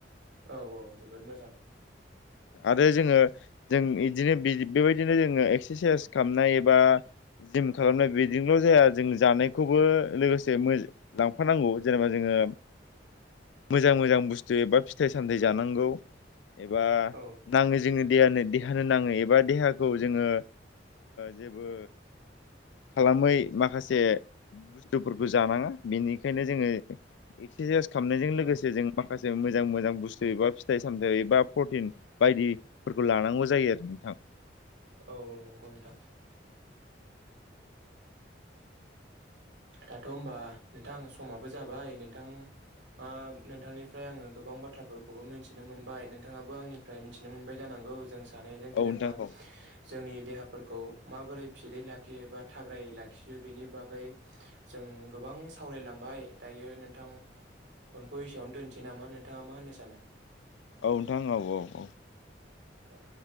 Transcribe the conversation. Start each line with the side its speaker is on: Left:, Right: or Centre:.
Right: औ औ जोबोद मोजां
Left: आरो जोङो जों बिदिनो बेबायदिनो जोङो एक्सारसाइस खालामनाय एबा जिम खालामनाय बिदिनोल' जाया जों जानायखौबो लोगोसे लांफानांगौ जेनेबा जोङो मोजां मोजां बुस्थु एबा फिथाइ सामथाय जानांगौ एबा
Right: औ
Left: नाङो जोंनि देहानो देहानि होननो नाङो एबा देहाखौ जोङो जेबो खालामै माखासे बुस्थुफोरखौ जानाङा बेनिखायनो जोङो एक्सारसाइस खालामनायजों लोगोसे
Right: औ
Left: जों माखासे मोजां मोजां बुस्थु एबा फिथाइ सामथाइ एबा प्रटिन बायदिफोरखौ लानांगौ ज जायो आरो नोंथां।
Right: औ औ नंगौ नोंथां दाथ' होमबा नोंथां समाबो जाबाय नोंथां मा नोंथांनिफ्राय आङो गोबां बाथ्राफोरखौबो मिन्थिनो मोनबाय नोंथाङाबो आंनिफ्राय मिन्थिनो मोनबाय जानांगौ जों सानैजों जेनेबा
Left: औ नोंथां औ
Right: जोंनि देहा फोरखौ माबोरै फिदै लाखियो बा थाग्रायै लाखियो बेनि बागै जों गोबां सावरायलांबाय दायो नोंथां फनखौ एसेयावनो दोनसै नामा नोंथाङा मा होननो सानो?
Left: औ नोंथां औ औ औ।
Right: औ